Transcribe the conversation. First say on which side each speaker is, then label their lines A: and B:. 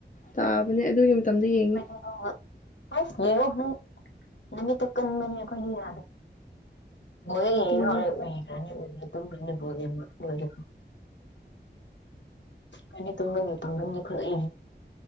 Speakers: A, on the left (about 45°); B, on the left (about 80°).
A: ꯇꯥꯕꯅꯦ ꯑꯗꯨꯒꯤ ꯃꯇꯝꯗ ꯌꯦꯡꯉꯤ
B: ꯑꯣ ꯌꯦꯣ ꯅꯪ ꯅꯨꯃꯤꯠꯇ ꯀꯟꯕꯅꯤ ꯑꯩꯈꯣꯏꯒꯤ ꯌꯥꯗ ꯍꯣꯏ
A: ꯎꯝ
B: ꯍꯅꯤ ꯃꯣ ꯀꯅꯤ ꯇꯨꯡꯒꯕꯤꯄꯅꯤ